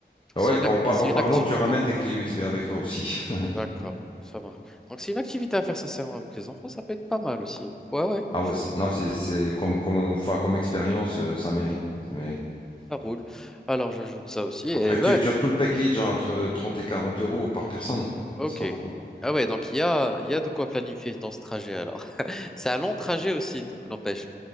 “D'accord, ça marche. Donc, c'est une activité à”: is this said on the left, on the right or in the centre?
Centre